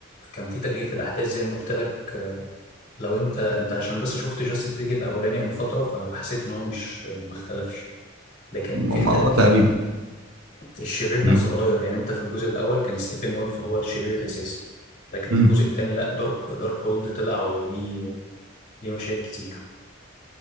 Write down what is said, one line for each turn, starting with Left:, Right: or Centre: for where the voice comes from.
Left: كان في تغيير في الأحداث زي ما قلت لك لو أنت أنت عشان بس شفت جاستس ليج الأولاني من فترة فحسيت إن هو مش ما اختلفش لكن
Right: ما
Left: في اختلاف
Right: ما- آه،
Left: كبير
Right: تقريبا
Left: الشرير نفسه
Right: أمم،
Left: اتغير يعني أنت في الجزء الأول كان ستيفن وولف هو الشرير الأساسي لكن في
Right: أمم.
Left: الجزء الثاني لا دارك دارك هولد طلع وليه ليه مشاهد كتير